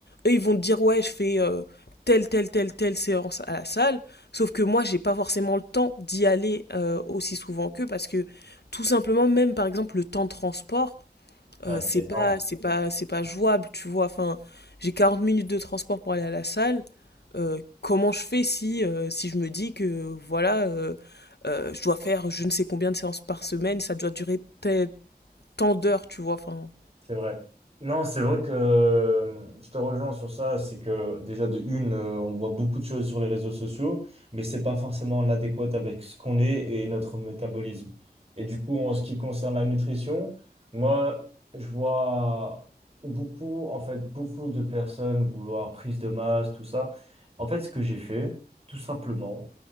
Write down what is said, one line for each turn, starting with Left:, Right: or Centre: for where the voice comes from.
Left: eux, ils vont te dire, ouais, je fais euh, telle, telle, telle, telle séance à la salle. Sauf que moi, j'ai pas forcément le temps d'y aller euh, aussi souvent qu'eux parce que tout simplement, même par exemple, le temps de transport,
Right: Ouais,
Left: euh, c'est
Right: c'est énorme.
Left: pas, c'est pas, c'est pas jouable, tu vois. Enfin, j'ai 40 minutes de transport pour aller à la salle. Euh, comment je fais si, euh, si je me dis que voilà, euh, euh, je dois faire je ne sais combien de séances par semaine, ça doit durer tel- tant d'heures, tu vois. Enfin,
Right: C'est vrai. Non, c'est vrai que euh, je te rejoins sur ça, c'est que déjà de une, euh, on voit beaucoup de choses sur les réseaux sociaux, mais c'est pas forcément l'adéquat avec ce qu'on est et notre métabolisme. Et du coup, en ce qui concerne la nutrition, moi, je vois beaucoup, en fait, beaucoup de personnes vouloir prise de masse, tout ça. En fait, ce que j'ai fait, tout simplement,